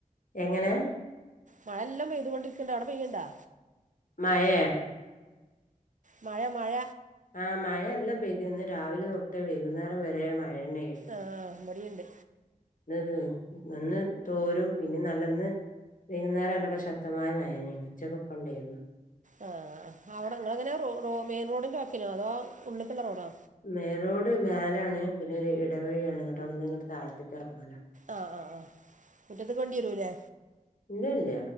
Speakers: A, on the left (about 70°); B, on the right (about 60°).
A: എങ്ങനെ
B: മഴെല്ലാം പെയ്ത കൊണ്ടിരിക്ക്ണ്ട്. ഔടെ പെയ്യിണ്ടോ.
A: മഴേ
B: മഴ മഴ
A: ആഹ് മഴ നല്ലൊ പെയ്തിന്ന്. ഇന്ന് രാവിലെ തൊട്ട് വൈകുന്നേരം വരെ മഴന്നെ.
B: ആ ഇബടീണ്ട്
A: ആ ഒന്ന് തോരും പിന്നെ നല്ല ഇന്ന് വൈകുന്നേരം അല്ലൊക്കെ ശക്തമായ മഴയേനി. ഉച്ചക്കൊക്കെ ഇണ്ടായിരുന്നു.
B: ആ അവിടെ ഇങ്ങളെ എങ്ങനെ റോ റോ മെയിൻ റോഡിന്റെ വക്കിനോ അതോ ഉള്ള്ക്കില്ലേ റോഡോ
A: മേയ്റോട് <unintelligible> ലാണ് പിന്നെ ഒരു ഇട വഴിയാണ്. ഇങ്ങട്ട് അവിടുന്ന് ഇങ്ങട്ട് താഴ്ത്ത്ക്ക് എറങ്ങണം.
B: ആഹ് ആഹ് ആഹ് മുറ്റത്ത്ക്ക് വണ്ടി വരുല്ലേ.
A: ഇല്ല ഇല്ല